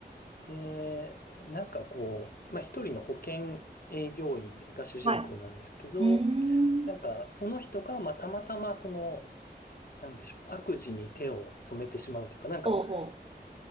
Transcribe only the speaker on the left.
で、なんかこう、まあ、一人の保険営業員が主人公なんですけど、
なんかその人が、まあ、たまたまその、なんでしょう、悪事に手を染めてしまうというか、なんか、